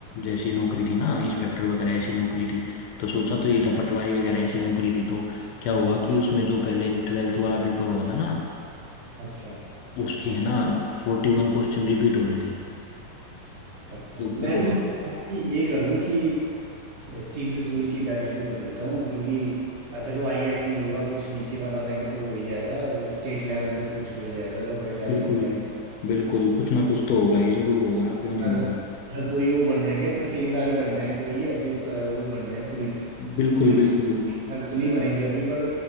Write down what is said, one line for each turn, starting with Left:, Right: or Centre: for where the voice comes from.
Left: जैसी नौकरी थी ना इंस्पेक्टर वगैरह ऐसी नौकरी थी तो सोचा तो ये था पटवारी वगैरह ऐसी नौकरी थी तो क्या हुआ कि उसमें जो पहले ट्वेल्थ वाला पेपर हुआ था ना
Right: अच्छा
Left: उसके है ना फोर्टी वन क्वेश्चन रिपीट हो रहे थे
Right: अच्छा
Left: तो क्या
Right: मैं
Left: हुआ
Right: भी सोचता हूँ कि ये करूँ कि सिविल सिविल की तैयारी शुरू कर देता हूँ क्योंकि अ, चलो आईएएस नहीं होगा कुछ नीचे वाला रैंक तो हो ही जाएगा स्टेट लेवल पे तो कुछ हो ही जाएगा अगर बड़े लेवल
Left: बिल्कुल
Right: पे तैयारी
Left: बिल्कुल कुछ ना कुछ तो होगा ही जरूर होगा क्यों नहीं
Right: अ,
Left: होगा
Right: मतलब कोई वो बन जाएंगे तहसीलदार ही बन जाए कोई ऐसे प- वो ही बन जाए पुलिस
Left: बिल्कुल
Right: पुलिस
Left: बिल्कुल
Right: कमिश्नर तो नहीं बनेंगे अभी पर